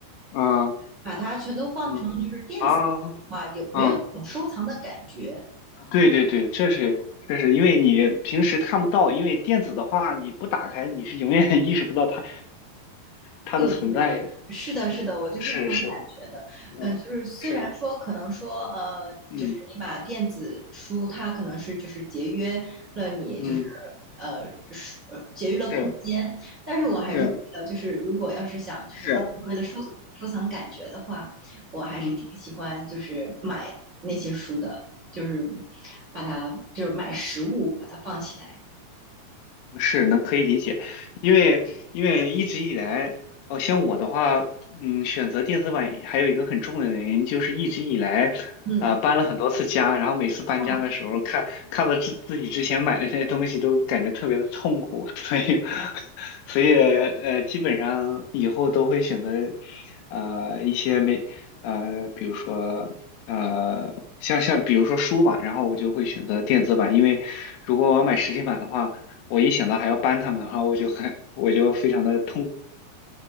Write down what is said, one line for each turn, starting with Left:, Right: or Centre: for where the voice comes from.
Left: 啊
Right: 把它全都放成就是电子的话，
Left: 嗯啊啊！
Right: 有没有一种收藏的感觉？
Left: 对对对，这是这是因为你平时看不到，因为电子的话你不打开，你是永远 <laughs> 意识不到它它的存在的。
Right: 对对对，是的，是的，我就是这种感觉的。
Left: 是是，嗯是
Right: 嗯、呃，就是虽然说可能说呃，
Left: 嗯
Right: 就是你把电子书，它可能是就是节约了你就是
Left: 嗯
Right: 呃是呃节约了空间，
Left: 是
Right: 但是我还是觉得就是如果要是想就是当时为了收收藏感觉的话，
Left: 是是，
Right: 我还是挺喜欢就是买那些书的，
Left: 嗯。
Right: 就是把它就是买实物把它放起来。
Left: 是能可以理解，因为因为一直以来，哦，像我的话，嗯，选择电子版还有一个很重要的原因，就是一直以来，
Right: 嗯，
Left: 啊、搬了很多次家，然后每次搬家的时候，
Right: 哦，
Left: 看看到自自己之前买的那些东西，都感觉特别的痛苦，<laughs> 所以所以呃，基本上以后都会选择，呃，一些没呃，比如说。呃，像像比如说书吧，然后我就会选择电子版，因为如果我要买实体版的话，我一想到还要搬他们，然后我就很我就非常的痛